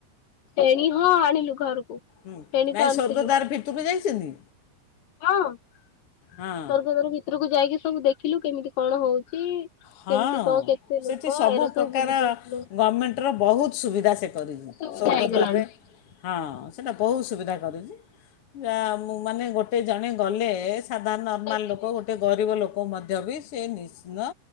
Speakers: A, on the left; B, on the left.
A: ଏଣୀ ହଁ ଆଣିଲୁ ଘରକୁ।
B: ହୁଁ
A: ଫେଣି
B: ନାଇଁ
A: ତ ଆଣିଥିଲୁ
B: ସ୍ୱର୍ଗଦ୍ଵାରାଭିତିତକୁ ଯାଇଛନ୍ତି।
A: ହଁ <inaudible> ସ୍ୱଗଦ୍ଵାର
B: ହଁ
A: ପତ୍ରକୁ ଯାଇକି ସବୁ ଦେଖିଲୁ କେମିତି କଣ ହଉଛି?
B: ହଁ
A: କେମିତି କଣ କେତେ ଲୋକ
B: ସେଠି ସବୁ
A: ଏରା
B: ପ୍ର୍ରକାର
A: ବୁଲିକି ଆସିଲୁ
B: ଗଭର୍ଣ୍ଣମେଣ୍ଟର ବହୁତ ସୁବିଧା ସେ କରିଛି
A: ସୁବିଧା
B: ସ୍ୱର୍ଗଦ୍ୱାରରେ
A: ହେଇଗଲାଣି।
B: ହଁ ସେଇଟା ବହୁତ ସୁବିଧା। ଯ ମାନେ ଗୋଟେ ଜଣେ ଗଲେ। ସାଧାରଣ ନର୍ମାଲ
A: ସେଠି
B: ଲୋକ ଗୋଟେ ଗରିବ ଲୋକ। ମଧ୍ୟ ବି ସେ ନିଶ୍ଚିତ